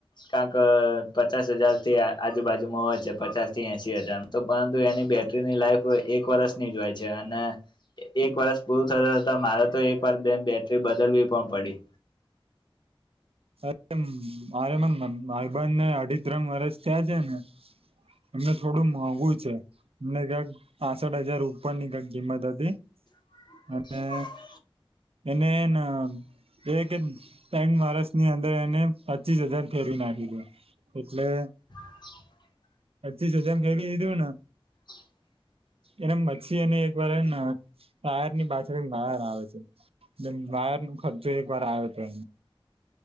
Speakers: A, on the left; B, on the right.
A: કાક પચાસ હજાર થી આજુબાજુમાં હોય છે. પચાસ થી એસી હજાર તો પરંતુ એની બેટરીની લાઈફ એક એક વર્ષની જ હોય છે અને એક વર્ષ પૂરું થતા થતા મારે તો એક વાર બે બેટરી બદલવી પણ પડી.
B: અરે મારે મને માારબન ને અઢી ત્રણ વર્ષ થયાં છે ને એમને થોડું મોઘું છે. અમને ક્યાંક પાસઠ હજાર ઉપર ની કઈક કિંમત હતી.
A: <inaudible>
B: અને એને ન એ કેય બેંક મહારાષ્ટ્રની અંદર એને પચીસ હજાર ફહેરવી નાખી દે. એટલે
A: <inaudible>
B: પચીસ હજાર મેળવી ન.
A: <inaudible>
B: એના મચછીને એક વાર એ ન ટાયર ની પાછળ વાયર આવે છે, એ વાયર નો ખર્ચો એક વાર આવ્યો હતો.